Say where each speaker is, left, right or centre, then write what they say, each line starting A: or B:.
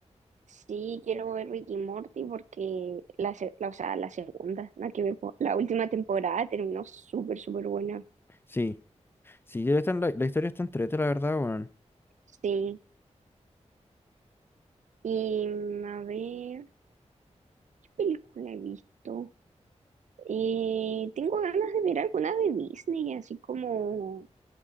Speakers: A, on the right; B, on the left.
A: Sí, quiero ver Ricky Morty porque la, se- la, o sea, la segunda, la que ve po- la última temporada terminó súper, súper buena.
B: Sí. Sí, ya esta- la, la historia está entrete, la verdad, weón.
A: Sí. Y a ver, ¿qué película he visto? Eh, tengo ganas de ver alguna de Disney, así como,